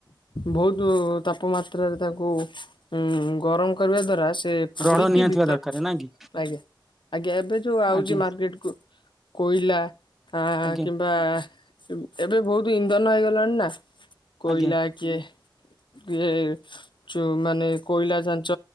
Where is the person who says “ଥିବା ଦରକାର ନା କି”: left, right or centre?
Centre